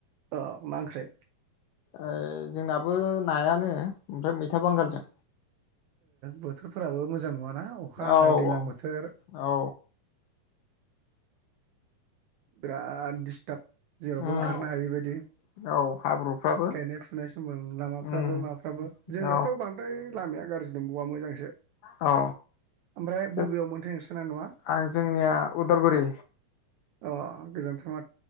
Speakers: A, on the right; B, on the left.
A: अ मा ओंख्रै
B: ओ जोंनाबो नायानो ओमफ्राय मैथा बांगालजों
A: ओ बोथोरफोराबो मोजां नङाना अखा हानाय
B: औ
A: दैलां
B: औ
A: बोथोर
B: औ
A: बिराद दिस्ताप जेरावबो
B: उम
A: ओंखारनो हायैबायदि
B: औ हाब्रुफ्राबो
A: गायनाय फुनाय समाव लामाफ्राबो
B: उम
A: माबाफ्राबो
B: औ
A: जोंनियावथ' बांद्राय लामाया गाज्रि नंबावा मोजांसो
B: औ
A: ओमफ्राय
B: जों
A: बबेयाव मोनथाय नोंसा नङा
B: आं जोंनिया उदालगुरि
A: अ गोजोन्थों